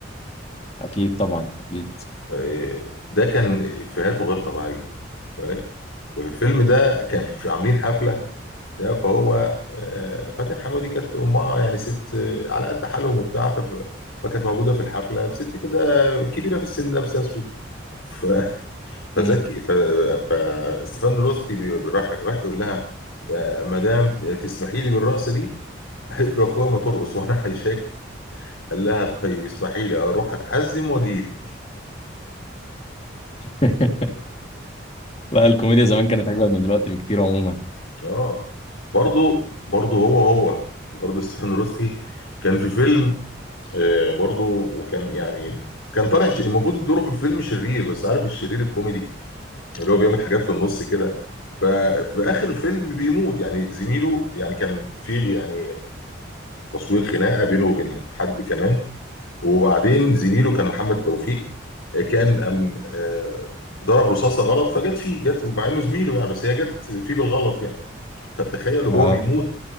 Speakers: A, on the left; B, on the left.
A: أكيد طبعا أكيد
B: آه، ده كان إفيهاته غير طبيعية بالك؟ ففي الفيلم ده كان <laughs> في عاملين حفلة ده فهو آه، فاتن حمامة دي كانت أمها يعني ست آه، على قد حالهم وبتاع فف- فكانت موجودة في الحفلة ست كده كبيرة في السن لابسة أسود ف فزكي
A: مم.
B: ف... فستيفان روستي بي... راح راح يقول لها يا مدام تسمحي لي بالرقصه دي؟ <laughs> قالت له اخويا ما ترقص وانا هيشك <laughs> قال لها طيب اسمحي لي اروح اتحزم واجي لي
A: <laughs> لا الكوميديا زمان كانت أجمل من دلوقتي بكتير عموما
B: اه برضه برضه هو هو برضه ستيفان روستي كان في فيلم آه، برضه وكان يعني كان طالع ش- المفروض دوره في الفيلم شرير بس عارف الشرير الكوميدي اللي هو بيعمل حاجات في النص كده ففي اخر الفيلم بيموت يعني زميله يعني كان في يعني تصوير خناقه بينه وبين حد كمان وبعدين زميله كان محمد توفيق آه، كان أم آه، ضرب رصاصه غلط فجت فيه جت ومع انه زميله يعني بس هي جت فيه بالغلط يعني فتخيل وهو
A: اه
B: بيموت